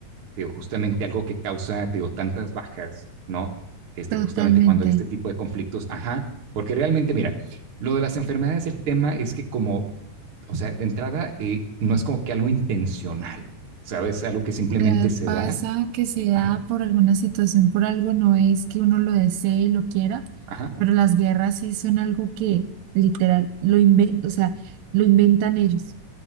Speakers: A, on the right (about 45°); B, on the right (about 80°).
A: digo, justamente algo que causa, digo, tantas bajas, ¿no? Este,
B: Totalmente.
A: justamente cuando hay este tipo de conflictos, ajá, porque realmente, mira, lo de las enfermedades, el tema es que como, o sea, de entrada, eh, no es como que algo intencional, ¿sabes? Algo que simplemente
B: Eh,
A: se
B: pasa
A: da,
B: que se da
A: ajá,
B: por alguna situación, por algo, no es que uno lo desee y lo quiera,
A: ajá,
B: pero las guerras sí son algo que literal lo inventan, o sea, lo inventan ellos